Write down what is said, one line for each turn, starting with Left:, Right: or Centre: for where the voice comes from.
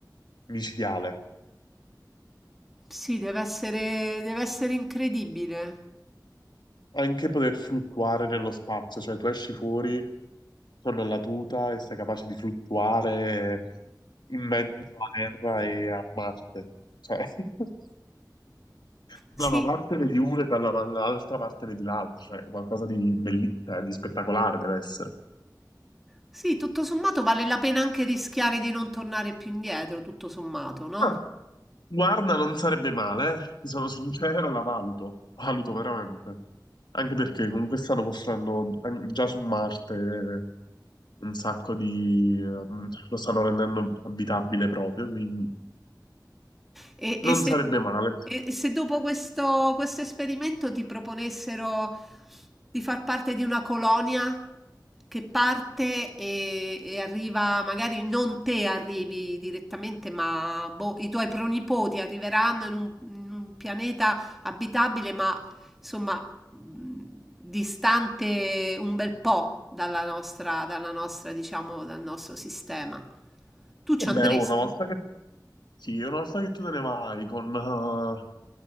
Left: micidiale.
Centre: Sì, deve essere, deve essere incredibile.
Left: anche poter fluttuare nello spazio, cioè tu esci fuori con la tuta e sei capace di fluttuare in mezzo a Terra e a Marte. Cioè, <laughs> da
Centre: Sì,
Left: una parte vedi uno e dalla- dall'altra parte vedi l'altro, cioè qualcosa di, belli- eh, di spettacolare deve essere.
Centre: sì, tutto sommato vale la pena anche rischiare di non tornare più indietro, tutto sommato, no?
Left: Ah, Guarda, non sarebbe male, eh. ti sono sincero, la valuto, valuto veramente. Anche perché con quest'anno mostrando già su Marte eh, un sacco di... eh, lo stanno rendendo abitabile proprio, quindi
Centre: E,
Left: non
Centre: e se,
Left: sarebbe male.
Centre: e se dopo questo, questo esperimento ti proponessero di far parte di una colonia che parte e, e arriva, magari non te arrivi direttamente, ma boh, i tuoi pronipoti arriveranno in un, in un pianeta abitabile, ma insomma mh, distante un bel po' dalla nostra, dalla nostra, diciamo, dal nostro sistema. Tu ci
Left: Vabbè,
Centre: andresti?
Left: oh, una volta che, sì, una volta che tu te ne vai con, eh,